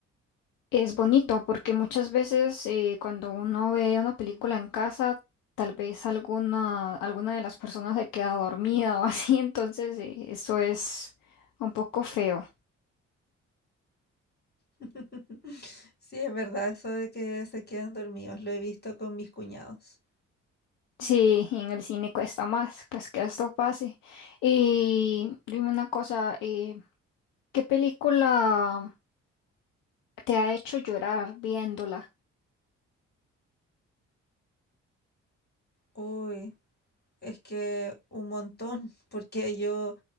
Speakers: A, on the left; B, on the left.
A: Es bonito porque muchas veces eh, cuando uno ve una película en casa, tal vez alguna, alguna de las personas se queda dormida o así, <laughs> entonces eh, eso es un poco feo.
B: <laughs> Sí, es verdad, eso de que se quedan dormidos. Lo he visto con mis cuñados.
A: Sí, y en el cine cuesta más, pues que esto pase. Y dime una cosa, eh, ¿qué película te ha hecho llorar viéndola?
B: Uy, es que un montón, porque yo